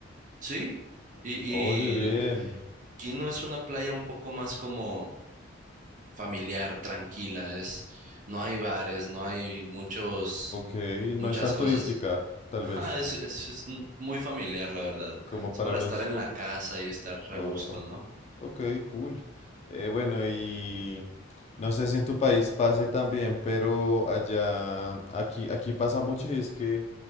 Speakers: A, on the right (about 40°); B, on the left (about 35°).
A: Sí, y,
B: Oye, bien.
A: y l- Quino es una playa un poco más como familiar, tranquila, es, no hay bares, no hay muchos,
B: Ok, no
A: muchas
B: es tan
A: cosas.
B: turística, tal
A: Ajá,
B: vez,
A: es, es, es muy familiar, la verdad.
B: como
A: Es
B: para
A: para
B: los...
A: estar en la casa y estar
B: oh.
A: a gusto, ¿no?
B: Ok, cool. Eh, bueno, y no sé si en tu país pase también, pero allá, aquí, aquí pasa mucho y es que